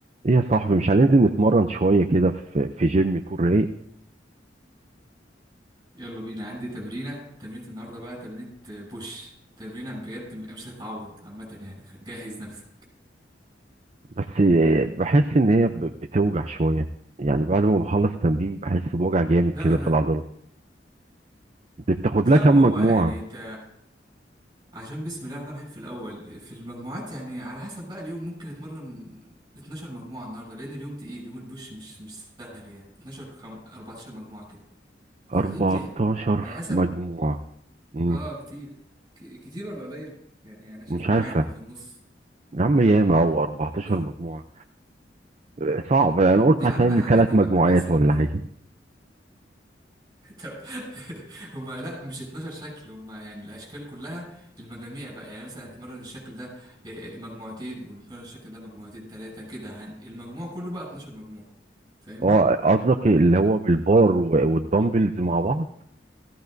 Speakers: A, on the right (about 40°); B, on the right (about 20°).
A: ايه يا صاحبي مش هننزل نتمرن شوية كده في في جيم يكون رايق
B: يلا بينا عندي تمرينة تمرينة النهاردة بقى تمرينة بوش تمرينة بجد مش هتتعوض عامة يعني جهز نفسك
A: بس بحس ان هي ب- بتوجع شوية يعني بعد ما بخلص تمرين بحس بوجع جامد
B: لا
A: كده
B: لا
A: في العضلات انت بتاخد
B: لا
A: لها كام
B: ما هو
A: مجموعة
B: يعني انت عشان بسم الله الرحمن الرحيم في الأول في المجموعات يعني على حسب بقى اليوم ممكن اتمرن 12 مجموعة النهاردة لأن اليوم تقيل يوم البوش مش مش سهل يعني 12 خم... 14 مجموعة كده في
A: 14
B: الحدود دي يعني على حسب
A: مجموعة مم.
B: اه كتير ك... كتير ولا قليل يعني أنا شايفهم
A: مش عارفة
B: عادي في النص
A: يا عم ياما او 14
B: شايفهم
A: مجموعة آه، صعب انا قلت
B: دي يا
A: هتعمل
B: عم عادي
A: ثلاث مجموعات
B: بقى بس نتمرن
A: ولا حاجة
B: طب <laughs> هما لا مش 12 شكل هما يعني الاشكال كلها المجاميع بقى يعني مثلا هتمرن الشكل ده آه، مجموعتين وتمرن الشكل ده مجموعتين ثلاثه كده هن- المجموع كله بقى 12 مجموعه فاهمني
A: اه قصدك اللي هو بالبار و- والدمبلز مع بعض